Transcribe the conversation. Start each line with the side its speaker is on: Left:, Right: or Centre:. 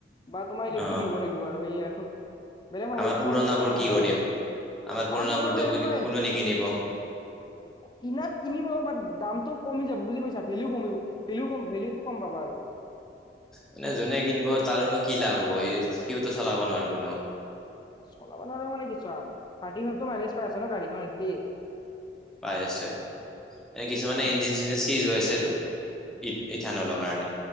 Left: বা তোমাৰ ইলেক্ট্ৰিক
Centre: অ
Left: ল'ব লাগিব আৰু সেয়ে আৰু বেলেগ সম
Centre: আমাৰ
Left: এইটো
Centre: পুৰণাবোৰ
Left: সমস্যাৰ সমাধান
Centre: কি
Left: নাই
Centre: কৰিম পুৰণাবোৰতো
Left: আমাৰ পুৰণা বোৰ এনেকুৱাই
Centre: কোনে কোনো নিকিনিব
Left: কিনাত কিনি পাব বাট দামটো কমি যাব বুজি পাইছা ভেলিও কমিব ভেলিউ কম ভেলিুটো কম পাবা। বাৰু।
Centre: মানে যোনে কিনিব তাৰোনো কি লাভ হ'ব এই সিওতো চলাব নোৱাৰিব ন।
Left: চলাবা নোৱাৰে মানে কিছ থাৰ্ট ফাইভ মাইলেজ পাই আছে ন গাড়ীখন এতলি।
Centre: পাই আছে এনে কিছুমানে
Left: মানে
Centre: ইঞ্জিন চিঞ্জিন চিজ হৈ আছেটো। ই ইথানলৰ কাৰণে